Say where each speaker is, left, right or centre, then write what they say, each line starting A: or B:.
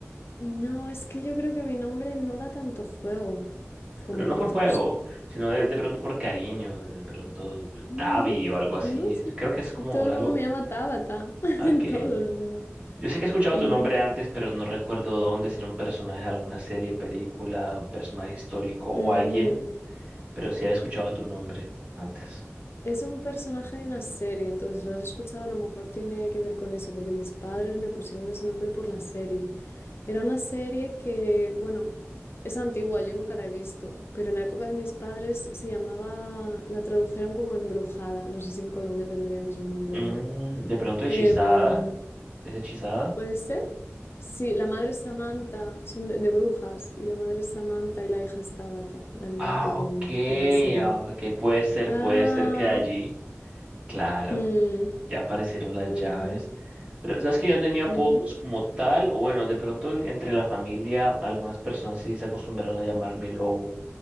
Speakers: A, on the left; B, on the right.
A: No, es que yo creo que mi nombre no da tanto juego como
B: pero no
A: otros.
B: por juego, sino de, de pronto por cariño, de, de pronto eh,
A: Mm,
B: Tavi o algo así.
A: No sé,
B: Creo que
A: si
B: es como
A: todo el
B: algo
A: mundo me llama Tabata, <laughs>
B: ah, que...
A: todo el mundo.
B: Yo sé que he escuchado
A: Ujú.
B: tu nombre antes, pero no recuerdo dónde, si era un personaje de alguna serie, película, personaje histórico o
A: Mm,
B: alguien, pero sí he escuchado tu nombre antes.
A: Es un personaje de una serie, entonces si lo has escuchado, a lo mejor tiene que ver con eso, porque mis padres me pusieron ese nombre por la serie. Era una serie que, bueno, es antigua, yo nunca la he visto, pero en la época de mis padres se llamaba, la tradujeron como Embrujada, no sé si en Colombia tendría el mismo nombre
B: Mm,
A: o no.
B: de pronto
A: Em,
B: hechizada, ¿es hechizada?
A: ¿puede ser? Sí, la madre es Samantha, son de, de brujas, y la madre es Samantha y la hija es Tabata, la niña
B: Ah,
A: pequeña
B: ok,
A: de la serie.
B: ah, ok, puede ser,
A: Ah,
B: puede ser que de allí, claro,
A: mm,
B: ya aparecieron las
A: ujú,
B: llaves. Pero sabes que yo tenía apodos
A: ujú.
B: como tal, o bueno, de pronto en- entre la familia, algunas personas sí se acostumbraron a llamarme Lobo